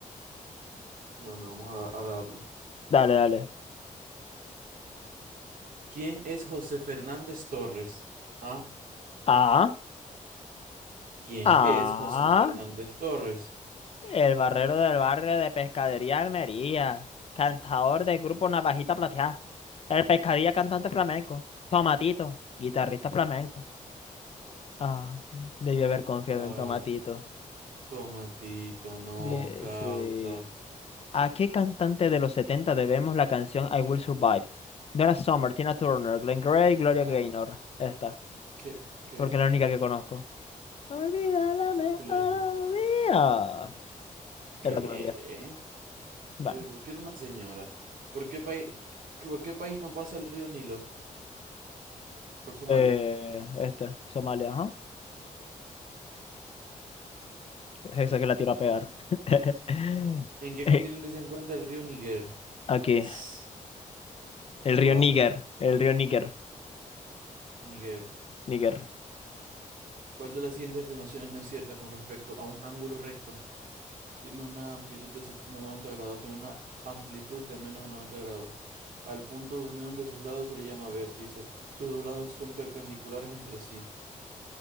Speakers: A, on the right (about 85°); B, on the left (about 45°).
A: Bueno, vamos a, a darle.
B: Dale, dale.
A: ¿Quién es José Fernández Torres? Ah,
B: Ah,
A: ¿quién
B: ah.
A: es José Fernández Torres?
B: El barrero del barrio de Pescadería Almería. Cantador del grupo Navajita Plateada. El pescadilla cantante flamenco. Tomatito, guitarrista flamenco. Ah, debí haber confiado
A: Ah,
B: en Tomatito.
A: tomatito, no,
B: De-
A: causa.
B: sí. ¿A qué cantante de los 70 debemos la canción I Will Survive? Donna Summer, Tina Turner, Glenn Gray, Gloria
A: Ah,
B: Gaynor. Esta,
A: ¿qué? ¿Qué?
B: porque es la única que conozco. Olvida la mejor
A: Glenn.
B: vida.
A: ¿Qué?
B: Era Gloria. Bueno,
A: ¿Pero por qué era una señora? ¿Por qué país, por qué país no pasa el río Nilo? Por Somalia.
B: eh, esta, Somalia, ajá. Esa que la tiro a pegar. <laughs>
A: ¿En qué
B: Eh,
A: continente se encuentra el río Níger?
B: Aquí,
A: <sighs>
B: el
A: Suave.
B: río Níger, el río Níger,
A: Níger.
B: Níger.
A: ¿Cuál de las siguientes afirmaciones no es cierta con respecto a un ángulo recto? tiene una amplitud de ses- 90 grados, tiene una amplitud de menos de 90 grados. Al punto de unión de sus lados se le llama vértice. Sus dos lados son perpendiculares entre sí.